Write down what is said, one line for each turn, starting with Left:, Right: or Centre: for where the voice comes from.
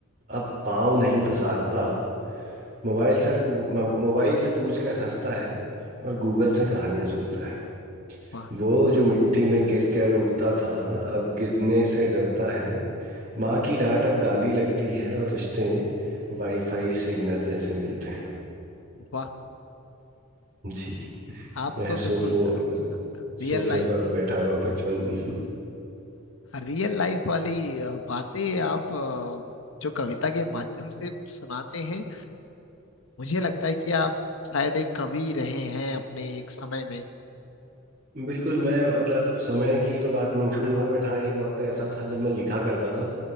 Right: अब पाँव नहीं पसारता मोबाइल सर पू- मोबाइल से पूछ कर हंसता है और गूगल से कहानियां सुनता है
Left: वाह
Right: वो जो मिट्टी में गिर कर उठता था अब गिरने से डरता है माँ की डांट अब गाली लगती है और रिश्ते वाईफाई सिग्नल जैसे मिलते हैं
Left: वाह
Right: जी
Left: आप
Right: यह
Left: तो
Right: सोफो
Left: बिल्कुल रियल
Right: सोफे
Left: लाइफ
Right: पर बैठा हुआ बचपन <laughs>
Left: रियल लाइफ वाली अ, बातें आप अ, जो कविता के माध्यम से सुनाते हैं मुझे लगता है कि आप शायद एक कवि रहे हैं अपने एक समय में
Right: बिल्कुल मैं मतलब समय की तो बात नहीं कहूंगा बट हाँ एक वक्त ऐसा था जब मैं लिखा करता था